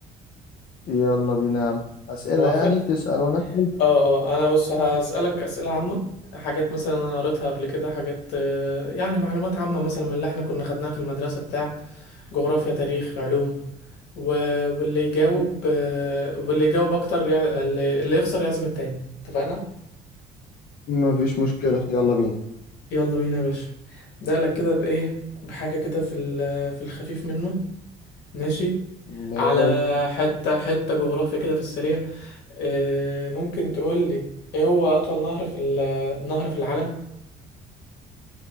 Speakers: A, on the left; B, on the left.
A: يلا بينا يا عم أسئلة
B: موافق
A: يعني تسأل وأنا أسأل
B: اه اه انا بص هسألك أسئلة عامة حاجات مثلا انا قريتها قبل كده حاجات آه، يعني معلومات عامة مثلا من اللي احنا كنا خدناها في المدرسة بتاع جغرافيا تاريخ علوم و... واللي يجاوب
A: م-
B: آه، واللي يجاوب اكتر يع... اللي... اللي يخسر يعزم التاني اتفقنا
A: مفيش مشكلة يلا بينا
B: يلا بينا يا باشا ده لك كده بايه بحاجة كده في ال... في الخفيف منه ماشي
A: ماشي
B: على حتة حتة جغرافيا كده في السريع آه، ممكن تقول لي ايه هو اطول نهر في ال... نهر في العالم